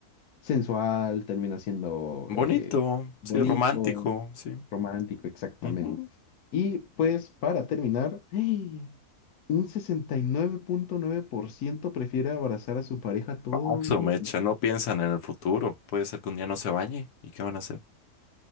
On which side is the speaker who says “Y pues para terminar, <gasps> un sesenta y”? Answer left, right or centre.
Left